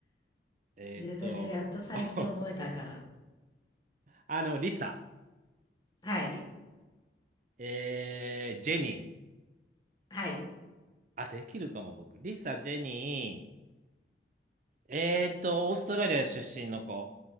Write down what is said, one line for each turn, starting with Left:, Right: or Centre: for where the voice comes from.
Right: えーっと、
Left: 私、やっと最近覚えたから。
Right: <laughs> あの、リサ、
Left: はい。
Right: えー、ジェニー。
Left: はい。
Right: あ、できるかも、僕。リサ、ジェニー、えーっと、オーストラリア出身の子。